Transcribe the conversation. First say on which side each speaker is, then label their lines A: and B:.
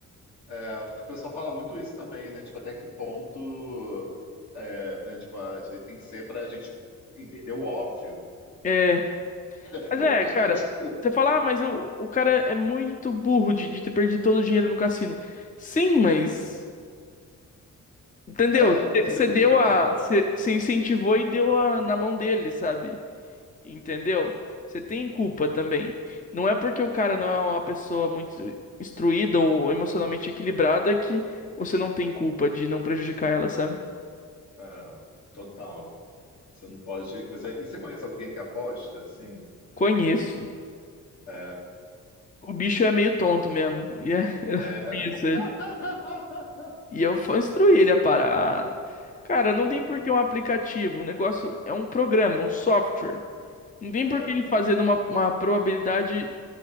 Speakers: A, on the left; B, on the left.
A: É, porque o pessoal fala muito isso também, né? Tipo, até que ponto, é, né? Tipo, a gente tem que ser para a gente entender o óbvio.
B: É,
A: <laughs>
B: mas é, cara, você fala, ah, mas o, o cara é muito burro de, de ter perdido todo o dinheiro no cassino. Sim, mas Entendeu?
A: É,
B: Você deu a.
A: é,
B: Você
A: é,
B: incentivou e deu a, na mão dele, sabe? Entendeu? Você tem culpa também. Não é porque o cara não é uma pessoa muito instruída ou emocionalmente equilibrada que você não tem culpa de não prejudicar ela, sabe?
A: Ah, total. Você não pode coisa. E você conhece alguém que aposta, assim?
B: Conheço.
A: É,
B: O bicho é meio tonto mesmo. E é, <laughs>
A: é,
B: conheço ele.
A: <laughs>
B: E eu fa- instruí ele a parar. Cara, não tem
A: é,
B: por que um aplicativo. O negócio é um programa, um software. Não tem
A: é,
B: por que ele fazer numa uma probabilidade